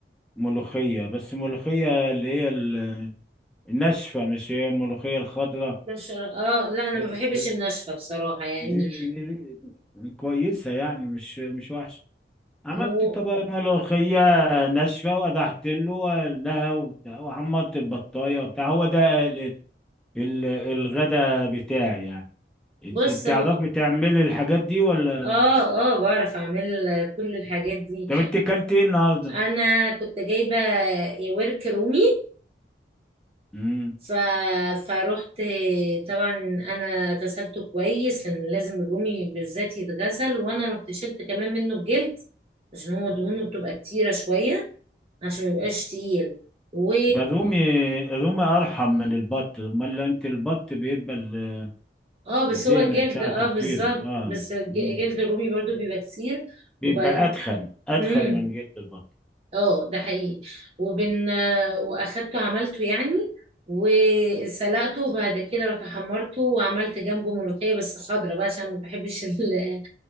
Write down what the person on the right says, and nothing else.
مش اه لا انا
ما بحبش الناشفه بصراحه يعني
هو
بص
اه اه بعرف اعمل كل الحاجات دي
انا كنت جايبه ورك رومي
ف... فروحت طبعا انا غسلته كويس لان لازم الرومي بالذات يتغسل وانا رحت شلت كمان منه الجلد عشان هو دهونه بتبقى كتيره شويه عشان ما يبقاش تقيل و
اه بس
هو جلد
اه
بالظبط
بس ج-
جلد الرومي برضو بيبقى كتير
وبعدين
مم.
اه ده حقيقي وبن واخدته عملته يعني وسلقته وبعد كده رحت حمرته وعملت جنبه ملوخية بس خضرة بقى عشان ما بحبش <laughs> ال-